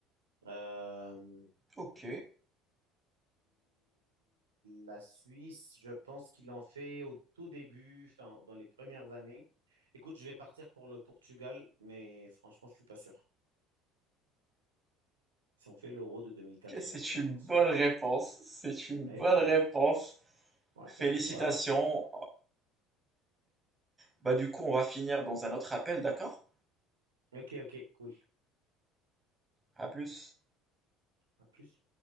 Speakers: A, on the right (about 80°); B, on the right (about 20°).
A: Euh,
B: ok.
A: la Suisse, je pense qu'ils l'ont fait au tout début, enfin, dans les premières années. Écoute, je vais partir pour le Portugal, mais franchement, je suis pas sûr. Ils ont fait l'Euro de 2004
B: C'est
A: seulement, je
B: une
A: pense.
B: bonne réponse, c'est une
A: Hey,
B: bonne réponse.
A: ouais,
B: Félicitations.
A: ben voilà.
B: Bah du coup, on va finir dans un autre appel, d'accord?
A: Ok, ok, cool.
B: À plus.
A: À plus.